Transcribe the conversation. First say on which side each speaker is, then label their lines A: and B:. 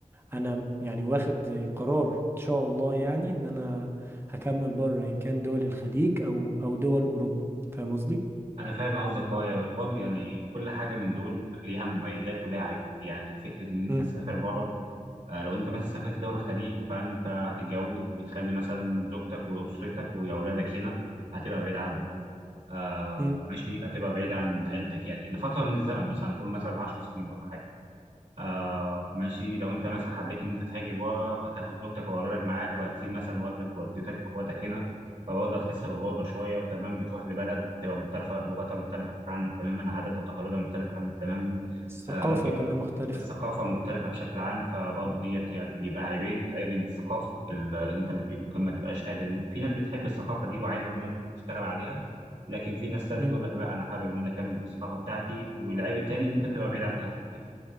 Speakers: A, on the right (about 15°); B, on the right (about 55°).
A: انا يعني واخد زي قرار ان شاء الله يعني ان انا هكمل بره ان كان دول الخليج او او دول اوروبا فاهم قصدي
B: أنا فاهم قصدك أه يا- برضه يعني كل حاجة من دول ليها مميزات وليها عيوب يعني فكرة إن أنت
A: مم.
B: تسافر بره آه، لو أنت مثلا سافرت دولة الخليج فأنت هتتجوز وتخلي مثلا زوجتك وأسرتك وأولادك هنا هتبقى بعيد عنهم آه
A: مم.
B: ماشي هتبقى بعيد عن عيلتك يعني لفتره من الزمن مثلا قول مثلا 10 سنين ولا حاجه آه ماشي لو انت مثلا حبيت ان انت تهاجر بره فتاخد زوجتك واولادك معاك وهتسيب مثلا والدك ووالدتك واخواتك هنا فبرضه هتحس بالغربه شويه وكمان بتروح لبلد تبقى مختلفه لغتها مختلفه عنك تماما عاداتها وتقاليدها مختلفه عنك تماما
A: الثقافه
B: آه ممكن
A: كلها مختلفه
B: الثقافة مختلفة بشكل عام فبرضه
A: مم.
B: ديت يعني بيبقى عيبين عيب الثقافة ال- إن أنت ممكن ما تبقاش قادر إن- في ناس بتحب الثقافة دي وعايز إنها تشتغل عليها لكن في ناس تانية
A: مم.
B: تقول لك لا أنا حابب إن أنا أكمل بالثقافة بتاعتي والعيب التاني إن أنت تبقى بعيد عن أهلك يعني